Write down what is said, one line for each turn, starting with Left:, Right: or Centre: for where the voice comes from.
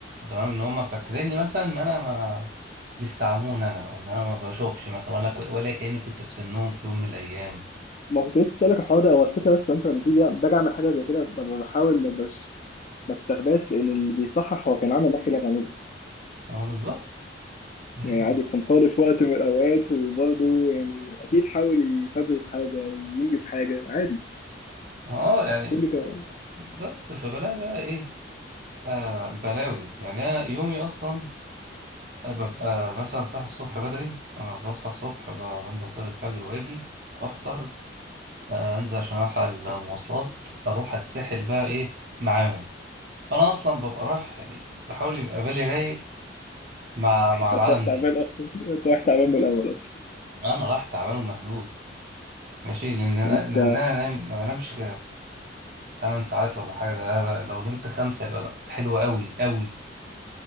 Right: تمام ان هم فاكريني مثلا ان انا ما بيستعموني انا بقى ان انا ما بشوفش مثلا ولا ولا كأني كنت في سنهم في يوم من الايام
Left: ما كنت لسه اسالك الحوار ده هو الفكره بس انت لما تيجي باجي اعمل حاجه زي كده ب- بحاول ما بش ما استخباش لان اللي بيصحح هو كان عامل نفس اللي انا بعمله
Right: اه بالظبط يعني
Left: يعني عادي كان طالب في وقت من الاوقات وبرضه يعني اكيد حاول يفبرك حاجه ينجز حاجه عادي
Right: اه يعني
Left: كله
Right: ف...
Left: كان
Right: بس فبلاقي بقى ايه آه بلاوي يعني انا يومي اصلا آه، ببقى مثلا صاحي الصبح بدري انا بصحى الصبح ب- بنزل اصلي الفجر واجي افطر آه انزل عشان الحق المواصلات اروح اتسحل بقى ايه معاهم فانا اصلا ببقى رايح يعني بحاول يبقى بالي رايق مع مع
Left: انت
Right: العالم
Left: رايح تعبان
Right: دي
Left: اصلا انت رايح تعبان من الاول اصلا
Right: انا رايح تعبان ومهدود ماشي لان انا
Left: انت
Right: لأن أنا نايم ما بنامش 8 ساعات ولا حاجه ده بقى لو نمت خمسه يبقى لا حلو قوي قوي